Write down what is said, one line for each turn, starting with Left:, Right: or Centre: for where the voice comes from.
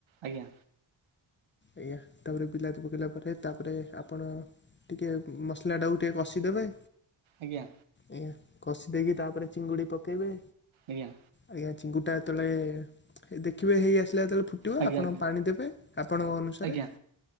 Right: ଆଜ୍ଞା।
Left: ଏୟା, ତାପରେ ବିଲାତି ପକେଇଲା ପରେ ତାପରେ ଆପଣ ଟିକେ ମସଲା ଟାକୁ ଟିକେ କଷିଦେବେ।
Right: ଆଜ୍ଞା।
Left: ଆଜ୍ଞା କଷି ଦେଇକି ତାପରେ ଚିଙ୍ଗୁଡି ପକେଇବେ।
Right: ଆଜ୍ଞା।
Left: ଆଜ୍ଞା ଚିଙ୍ଗୁଡ ଟା ଯେତେବେଳେ ଦେଖିବେ ହେଇ ଆସିଲା ଯେତେବେଳେ ଫୁ ଟିବ
Right: ଆଜ୍ଞା ଆଜ୍ଞା
Left: ଆପଣ
Right: ଆଜ୍ଞା
Left: ପାଣି ଦେବେ, ଆପଣଙ୍କ ଅନୁସାରେ।
Right: ଆଜ୍ଞା ଆଜ୍ଞା